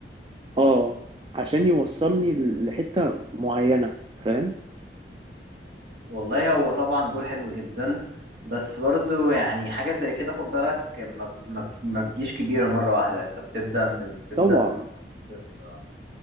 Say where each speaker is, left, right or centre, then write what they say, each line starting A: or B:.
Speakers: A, on the right; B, on the right.
A: اه عشان يوصلني لحتة معينة فاهم
B: والله هو طبعا جول حلو جدا بس برضو يعني حاجة زي كده خد بالك ما ما بت- ما بتجيش كبيرة مرة واحدة انت بتبدأ من تبدأ
A: طبعا
B: من الصفر